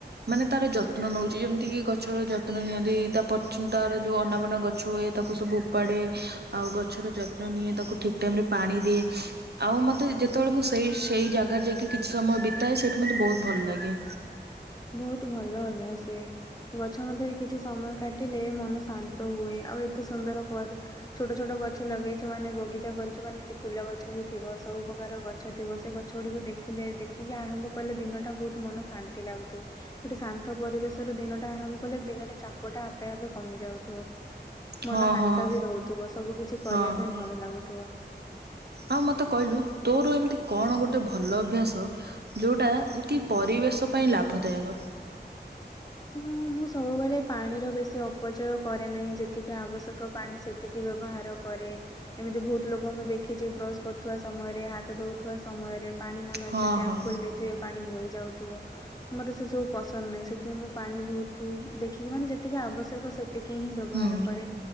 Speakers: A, on the right; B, on the left.
A: ମାନେ ତାର ଯତ୍ନ ନଉଚି, ଯେମିତି କି ଗଛର ଯତ୍ନ ନିଅନ୍ତି ତା ତାର ଯୋଉ ଅନାବନା ଗ ଗଛ ହୁଏ, ତାକୁ ସବୁ ଉପାଡେ ଆଉ ଗଛର ଯତ୍ନ ନିଏ ତାକୁ ଠିକ୍ ଟାଇମ୍ ରେ ପାଣି ଦିଏ ଆଉ। ମୁଁ ମୋତେ ଯେତେବେଳେ ମୁଁ ସେଇ ସେଇ ଜାଗାରେ ଯାଇକି କିଛି ସମୟ ବିତାଏ ସେଇଠି ମୋତେ ବହୁତ ଭଲ ଲାଗେ।
B: ବୋହୁତ ଭଲ ଅଭ୍ୟାସ ଇଏ। ଗଛ ମଧ୍ୟରେ କିଛି ସମୟ କାଟିଲେ ମନ ଶାନ୍ତ ହୁଏ, ଆଉ ଏତେ ସୁନ୍ଦର ଛୋଟ ଛୋଟ ଗଛ ଲଗେଇଛୁ ମାନେ ବଗିଚା କରିଚୁ ମାନେ ସେଠି ଫୁଲ ଗଛ ବି ଥିବ ସବୁ ପ୍ରକାର ଗଛ ଥିବ ସେ ଗଛ ଗୁଡିକୁ ଦେଖି ଦେଖିଲେ ଦେଖିକି ଆରମ୍ଭ କଲେ ଦିନଟା ବୋହୁତ ମନ ଶାନ୍ତି ଲାଗୁ ଗୋଟେ ଶାନ୍ତ ପରିବେଶ ର ଦିନ ଟା ଆରମ୍ଭ କଲେ ଦିନରେ ଚାପଟା ଆପେ ଆପେ କମି ଯାଉଥିବ ମନ
A: ହଁ
B: ହାଲକା
A: ହଁ
B: ବି ରହୁଥିବ ସବୁ କିଛି କରିବା
A: ହଁ।
B: ପାଇଁ ଭଲ ଲାଗୁଥିବ
A: ଆଉ ମତେ କହିଲୁ ତୋର ଏମିତି କଣ ଗୋଟେ ଭଲ ଅଭ୍ୟାସ ଯୋଉଟା କିପରି ପରିବେଶ ପାଇଁ ଲାଭଦାୟକ
B: <inaudible> ହଁ ମୁଁ ସବୁବେଳେ ପାଣିର ବେଶୀ ଅପଚୟ କରେ ନାହିଁ ଯେତିକି ଆବଶ୍ୟକ ପାଣି ସେତିକି ବ୍ୟବହାର କରେ ଏମିତି ବହୁତ ଲୋକ ମୁଁ ଦେଖିଛି ବ୍ରଶ କରୁଥିବା ସମୟରେ ହାତ ଧଉଥିବା ସମୟରେ ପାଣି ମନ
A: ହଁ
B: ଇଚ୍ଛା ଟ୍ଇ
A: ହଁ
B: ଖୋଲି ଦେଇଥିବେ ପାଣି ବଇ ଯାଉଥିବ ତ ମୋତେ ସେସବୁ ପସନ୍ଦ ନାହିଁ ସେୁ ମୁଁ ପାଣି ବୋହୁତ ଦେଖିକି ମାନେ ଯେତିକି ଆବଶ୍ୟକ ସେତିକି ହିଁ ବ୍ୟବହାର
A: ହୁଁ
B: କରେ